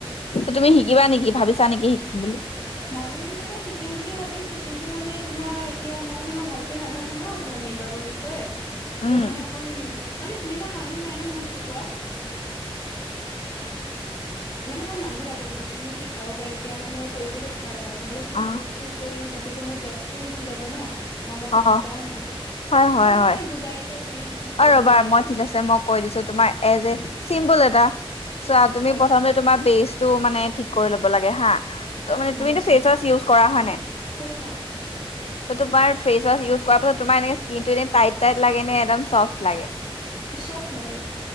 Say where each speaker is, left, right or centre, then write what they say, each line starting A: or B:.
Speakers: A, on the left; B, on the left.
A: তুমি শিকিবা নেকি ভাবিছা নেকি শিকিম বুলি?
B: ভাবিম মানে শিকিম বুলি ভাবিছো কিন্তু মানে তোমাৰ এতিয়া মই মানে ইই ভালকে নাজানো ন তোমাৰ মেকআপৰ বিষয়ে
A: উম
B: ত' মানে অকণ মানে তেনেকুৱা মানুহ নাই ন' মোক শিক মানে মোৰ মানুহ লাগে যোন মানে মোক শিকাব পাৰে তেতিয়া মানে কৰিবলৈ ভা ভাল নহলে যদি
A: অ
B: ভুল-চুল কৰিলওঁ তাতে টো মোৰ জবটোও গুচি যাব ন। সময়তো
A: অ
B: শিকাও নাই
A: হয় হয়
B: তল
A: হয়
B: মানে বুজাই দিয়া কেনেকে কি
A: অ
B: কৰিব
A: ৰ'বা
B: লাগে?
A: মই ঠিক আছে মই কৈ দিছো তোমাৰ এজ এ চিম্পুল এটা চ' তুমি
B: হয়
A: প্ৰথমতে তোমাৰ বেষ্ট টো মানে ঠিক কৰি ল'ব লাগে হা। তুমিটো
B: আচ্ছা
A: ফেচৱাছ উচ কৰা হয় নে?
B: কৰো
A: ত বাৰ ফেচ ৱাচ ইউজ কৰ পাছত তোমাৰ এ স্কিন টো টাইট-টাইট লাগে নে এডম চফ লাগে।
B: চফ লাগে।